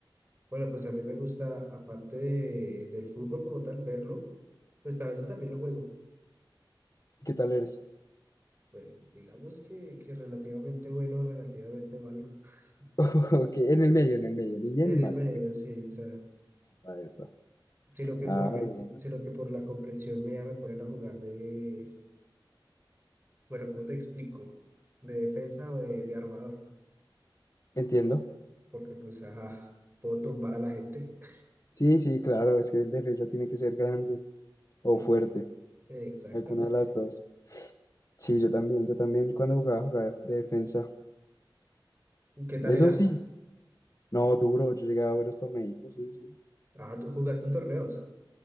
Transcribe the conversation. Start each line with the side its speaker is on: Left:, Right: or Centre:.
Right: Bueno, pues a mí me gusta, aparte de- del fútbol como tal, verlo, pues a veces también lo juego.
Left: ¿Y qué tal eres?
Right: Pues digamos que, que relativamente bueno, relativamente malo. <laughs>
Left: <laughs> Ok, en el medio, en el medio, ni bien
Right: En
Left: ni
Right: el
Left: mal.
Right: medio, sí, o sea,
Left: A ver,
Right: sino que
Left: Ah,
Right: por, mi-
Left: bueno.
Right: sino que por la complexión mía me ponen a jugar de, bueno, ¿cómo te explico? De defensa o de, de armador.
Left: Entiendo.
Right: porque pues, ajá, puedo tumbar a la gente. <laughs>
Left: Sí, sí, claro, es que el defensa tiene que ser grande o
Right: Ex-
Left: fuerte,
Right: Exactamente.
Left: alguna de las dos. Sí, yo también, yo también cuando jugaba, jugaba de, de defensa.
Right: ¿Y qué tal
Left: Eso
Right: era?
Left: sí, no, duro, yo llegaba a buenos torneitos, sí, sí.
Right: Ah, ¿tú jugaste en torneos?